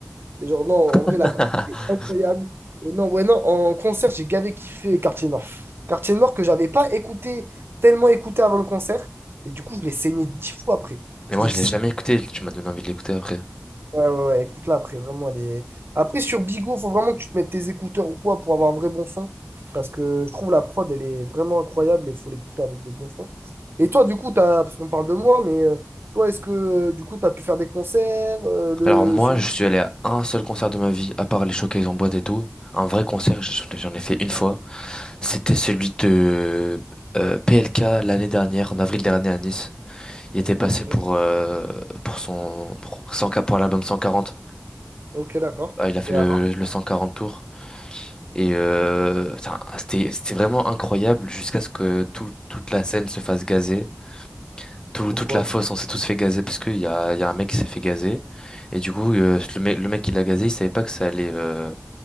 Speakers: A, on the right (about 65°); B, on the left (about 20°).
A: Et genre, non, en vrai,
B: <laughs>
A: la c'était incroyable. Et non, ouais, non, en concert, j'ai gavé kiffé Quartier Nord. Quartier Nord que j'avais pas écouté, tellement écouté avant le concert. Mais du coup, je l'ai saigné dix fois après.
B: Mais
A: Je
B: moi,
A: l'ai
B: je l'ai jamais écouté. Tu m'as donné envie de l'écouter après.
A: Ouais, ouais, ouais, écoute-la après, vraiment, elle est... Après, sur Bigo, faut vraiment que tu te mettes tes écouteurs ou quoi pour avoir un vrai bon son. Parce que je trouve la prod, elle est vraiment incroyable et il faut l'écouter avec des bons sons. Et toi, du coup, t'as... parce qu'on parle de moi, mais euh, toi, est-ce que euh, du coup, t'as pu faire des concerts euh, le...
B: Alors moi,
A: ce-
B: je suis allé à un seul concert de ma vie, à part les showcases en boîte et tout. Un vrai concert, je- j'en ai fait une fois. C'était celui de euh, PLK l'année dernière, en avril dernier à Nice. Il était passé
A: Ok,
B: pour euh, pour son pour, 100 pour l'album 140.
A: ok, d'accord.
B: Ah, il a fait
A: Et alors?
B: le, le 140 tour. Et euh, putain, c'était c'était vraiment incroyable jusqu'à ce que tout- toute la scène se fasse gazer. Tout-
A: Pourquoi?
B: toute la fosse, on s'est tous fait gazer parce qu'il y a, il y a un mec qui s'est fait gazer. Et du coup, euh, le, mec le mec qui l'a gazé, il savait pas que ça allait, euh,